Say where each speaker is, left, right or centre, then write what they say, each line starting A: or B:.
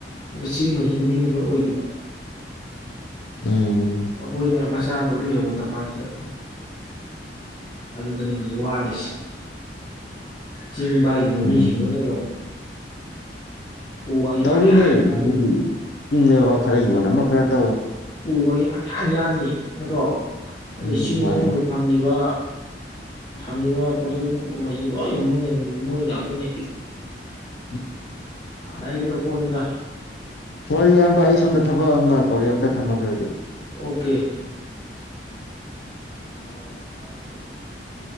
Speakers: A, on the left; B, on the left.
A: ꯑꯗꯨ ꯆꯤꯡ ꯃꯩꯖꯤꯅ ꯃꯤꯅ ꯂꯣꯏ ꯑꯣꯏꯈꯤꯕ
B: ꯎꯝ
A: ꯑꯈꯣꯏꯅ ꯃꯆꯥ ꯊꯕꯛ ꯂꯩꯍꯧꯕ ꯇꯝꯄꯥꯛꯁꯤꯗ ꯑꯗꯨꯗꯅꯤ ꯍꯧꯖꯤꯛ ꯋꯥꯔꯤꯖꯦ ꯆꯤꯡ ꯄꯥꯏꯈꯤꯕ
B: ꯎꯝ
A: ꯃꯤꯁꯤꯡꯗꯨꯅ ꯌꯦꯡꯉꯨ ꯎꯒꯁꯦ
B: ꯇꯧꯔꯤꯅꯦ
A: ꯄꯪꯌꯥꯟ ꯌꯥꯜꯂꯤ
B: ꯃꯤꯗꯤ ꯆꯤꯡꯂꯩꯕꯛ ꯈꯔ ꯌꯣꯟ ꯑꯃ ꯈꯔ ꯌꫭꯟ
A: ꯎ ꯋꯥꯖꯦ ꯄꯡꯌꯥꯟ ꯌꯥꯟꯅꯤ ꯅꯠꯇ꯭ꯔꯣ ꯑꯗꯩ
B: ꯎꯝ
A: ꯆꯤꯡ
B: ꯃꯥꯅꯦ
A: ꯃꯅꯨꯡꯗ ꯐꯪꯉꯤꯕ ꯐꯪꯉꯤꯕ ꯄꯣꯠꯊꯣꯛꯉꯩꯁꯤ ꯂꯣꯏꯅ ꯃꯣꯏꯅ ꯃꯣꯏ ꯉꯥꯛꯇꯅꯤ
B: <unintelligible>
A: ꯅꯩꯒ꯭ꯔ ꯄꫭꯠꯅꯤꯗ
B: ꯍꯣꯏ ꯏꯌꯥꯝꯕ ꯑꯩ ꯁꯣꯝꯗ ꯊꯕꯛ ꯑꯃ ꯀꯧꯔꯦ ꯑꯝꯇ ꯊꯝꯃꯒꯦꯕꯗꯤ
A: ꯑꯣꯀꯦ <inaudible>